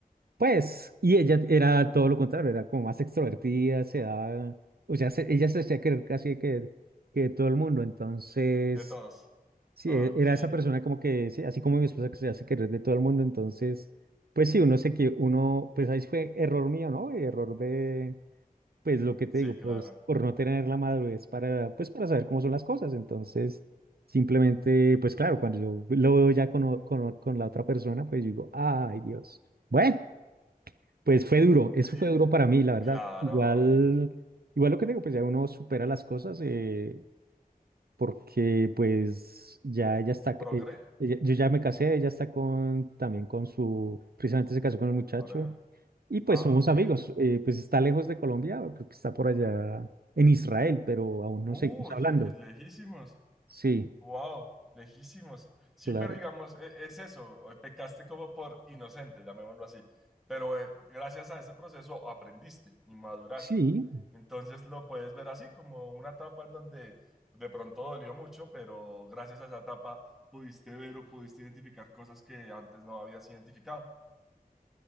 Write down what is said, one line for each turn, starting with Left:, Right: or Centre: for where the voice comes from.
Right: pues, y ella era todo lo contrario, era como más extrovertida, se daba, o sea, se- ella se hacía querer casi que, que todo el mundo. Entonces,
Centre: de todos.
Right: Sí,
Centre: Ok.
Right: e- era esa persona como que, sí, así como mi esposa que se hace querer de todo el mundo, entonces, pues sí, uno se que uno, pues ahí fue error mío, ¿no? Error de, pues lo que te
Centre: Sí,
Right: digo,
Centre: claro.
Right: por, por no tener la madurez para, pues para saber cómo son las cosas, entonces, simplemente, pues claro, cuando yo lo veo ya con, o- con, o- con la otra persona, pues yo digo, ay Dios, bueno, pues fue duro, eso
Centre: Y, eh,
Right: fue duro para mí, la verdad,
Centre: claro.
Right: igual, igual lo que te digo, pues ya uno supera las cosas, eh, porque pues ya ella está, ca-
Centre: Progre,
Right: ella- ella- yo ya me casé, ella está con, también con su, precisamente se casó con un muchacho,
Centre: pareja.
Right: y pues
Centre: Ah,
Right: somos
Centre: ok.
Right: amigos, eh, pues está lejos de Colombia, creo que está por allá en Israel, pero aún no
Centre: Uy,
Right: seguimos hablando.
Centre: lejísimos.
Right: Sí,
Centre: Wow, lejísimos. Sí,
Right: claro,
Centre: pero digamos, e- es eso. Hoy pecaste como por inocente, llamémoslo así. Pero eh, gracias a ese proceso aprendiste y maduraste.
Right: sí,
Centre: Entonces lo puedes ver así, como una etapa en donde de pronto dolió mucho, pero gracias a esa etapa pudiste ver o pudiste identificar cosas que antes no habías identificado.